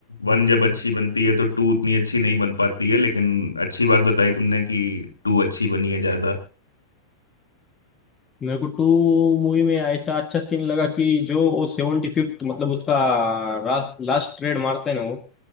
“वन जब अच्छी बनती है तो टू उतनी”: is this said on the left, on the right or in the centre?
Left